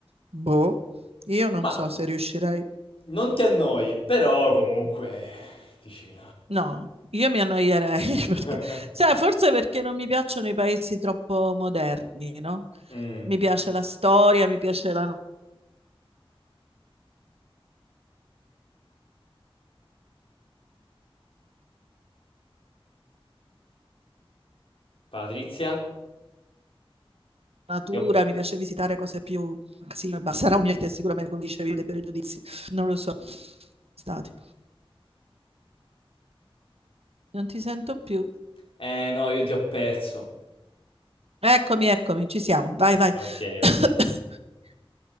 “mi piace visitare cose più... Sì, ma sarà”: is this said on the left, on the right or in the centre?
Right